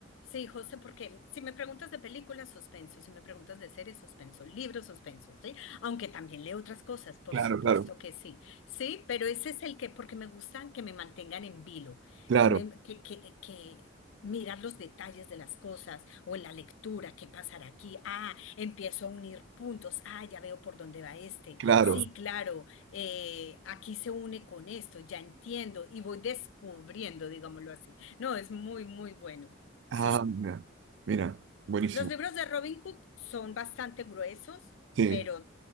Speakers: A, on the left; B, on the right.
A: Sí, José, porque si me preguntas de películas, suspenso, si me preguntas de series, suspenso, libros, suspenso, ¿sí? Aunque también leo otras cosas, por
B: Claro,
A: supuesto
B: claro,
A: que sí, sí, pero ese es el que, porque me gustan que me mantengan en vilo,
B: claro,
A: que me, que, que, que mirar los detalles de las cosas o en la lectura, qué pasará aquí, ah, empiezo a unir puntos, ah, ya veo por dónde va este,
B: claro.
A: sí, claro, eh, aquí se une con esto, ya entiendo y voy descubriendo, digámoslo así. No, es muy, muy bueno.
B: Ah,
A: Sí.
B: mira, mira, buenísimo.
A: Los libros de Robin Cook son bastante gruesos,
B: Sí.
A: pero